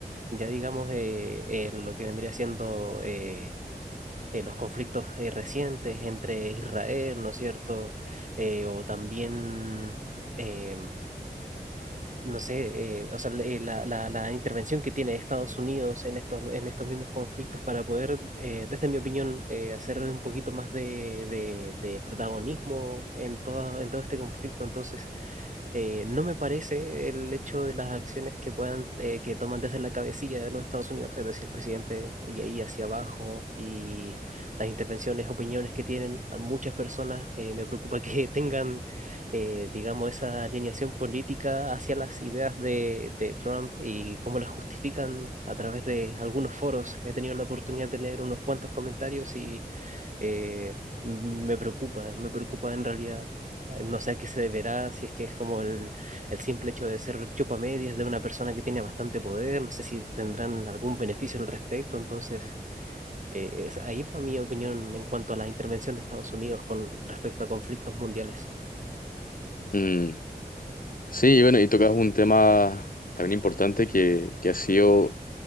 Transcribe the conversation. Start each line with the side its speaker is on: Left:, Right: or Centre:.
Right: ya digamos eh, eh, lo que vendría siendo eh, eh, los conflictos eh, recientes entre Israel, ¿no es cierto? Eh, o también, eh, no sé, eh, o sea, le- eh, la, la- la intervención que tiene Estados Unidos en estos, en estos mismos conflictos para poder, eh, desde mi opinión, eh, hacer un poquito más de, de- de protagonismo en todo, en todo este conflicto. Entonces, eh, no me parece el hecho de las acciones que puedan, eh, que toman desde la cabecilla de los Estados Unidos, es decir, el presidente y ahí hacia abajo, y las intervenciones, opiniones que tienen a muchas personas, eh, me preocupa que <laughs> tengan, eh, digamos, esa alineación política hacia las ideas de, de Trump y cómo las justifican a través de algunos foros. He tenido la oportunidad de leer unos cuantos comentarios y eh, me preocupa, me preocupa en realidad. No sé a qué se deberá, si es que es como el, el simple hecho de ser chupamedias de una persona que tiene bastante poder, no sé si tendrán algún beneficio al respecto, entonces eh, es, ahí va mi opinión en cuanto a la intervención de Estados Unidos con respecto a conflictos mundiales.
Left: Mm, Sí, y bueno, y tocas un tema también importante que, que ha sido